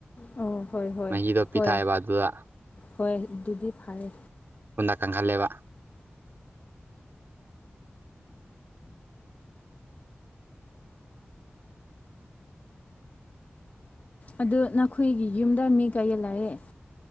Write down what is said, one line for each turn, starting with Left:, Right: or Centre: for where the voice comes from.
Left: ꯑꯣ ꯍꯣꯏ ꯍꯣꯏ
Right: ꯃꯍꯤꯗꯣ ꯄꯤꯊꯥꯏꯑꯕꯗꯨꯗ
Left: ꯍꯣꯏ ꯍꯣꯏ ꯑꯗꯨꯗꯤ ꯐꯔꯦ
Right: ꯆꯪꯍꯜꯂꯦꯕ
Left: ꯑꯗꯨ ꯅꯈꯣꯏꯒꯤ ꯌꯨꯝꯗ ꯃꯤ ꯀꯩꯌꯦꯜꯂꯑꯦ